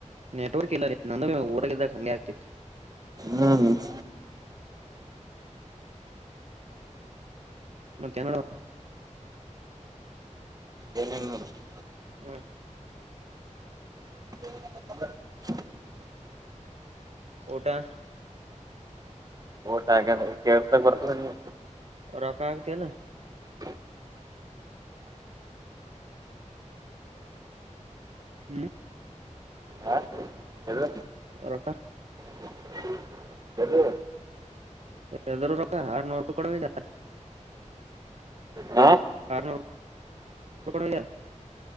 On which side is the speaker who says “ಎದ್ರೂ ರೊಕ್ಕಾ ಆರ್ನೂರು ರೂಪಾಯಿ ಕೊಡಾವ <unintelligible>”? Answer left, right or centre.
Right